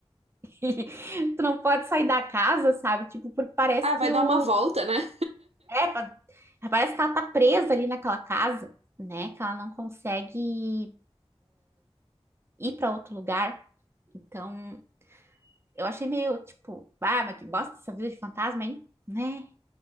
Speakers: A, on the right; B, on the right.
A: <laughs> e tu não pode sair da casa, sabe? Tipo, porque parece
B: Ah,
A: que
B: vai dar
A: o.
B: uma volta, né?
A: É, pa- parece que ela tá presa ali naquela casa, né? Que ela não consegue ir para outro lugar. Então, eu achei meio tipo, ah, mas que bosta essa vida de fantasma, hein? Né?